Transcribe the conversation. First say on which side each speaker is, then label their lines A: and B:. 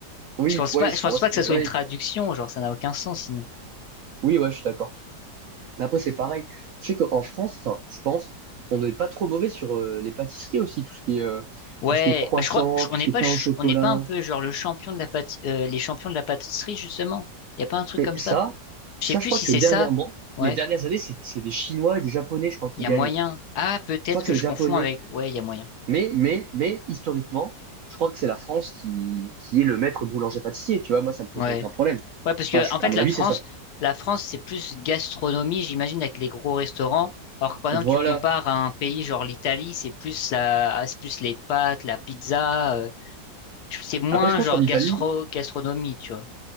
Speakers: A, on the right; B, on the left.
A: Oui,
B: Je pense
A: p- ouais,
B: pas,
A: c'est
B: je pense
A: pour moi
B: pas
A: ça
B: que
A: fait
B: ça soit
A: ouais.
B: une traduction, genre, ça n'a aucun sens, sinon.
A: Oui, ouais, je suis d'accord. Mais Après, c'est pareil. Je sais qu'en France, enfin, je pense, on n'est pas trop mauvais sur euh, les pâtisseries aussi, tout ce qui est euh,
B: Ouais,
A: tout ce qui est croissant,
B: bah, je crois, je-
A: tout
B: on n'est
A: ce qui
B: pas,
A: est pain
B: ch-
A: au chocolat.
B: on n'est pas un peu, genre, le champion de la pâti- euh, les champions de la pâtisserie, justement. Y a pas un truc
A: Mais
B: comme
A: ça,
B: ça? Je
A: ça,
B: sais plus
A: je crois
B: si
A: que
B: c'est
A: dernièrement,
B: ça. Ouais,
A: les dernières années, c'est c'est des Chinois et des Japonais, je crois, qui
B: il y
A: gagnent.
B: a moyen. Ah, peut-être
A: Je crois
B: que
A: que c'est
B: je
A: les Japonais.
B: confonds avec. Ouais, il y a moyen.
A: Mais, mais, mais, historiquement, je crois que c'est la France qui, qui est le maître boulanger-pâtissier, tu vois. Moi, ça me poserait
B: Ouais.
A: aucun problème.
B: Ouais, parce que
A: Enfin, je-
B: en fait,
A: à mon
B: la
A: avis,
B: France,
A: c'est ça.
B: la France, c'est plus gastronomie, j'imagine, avec les gros restaurants. Alors que par
A: Voilà.
B: exemple, tu compares à un pays genre l'Italie, c'est plus la, c'est plus les pâtes, la pizza. euh, c'est moins
A: Après, je pense
B: genre
A: qu'en Italie,
B: gastro, gastronomie, tu vois.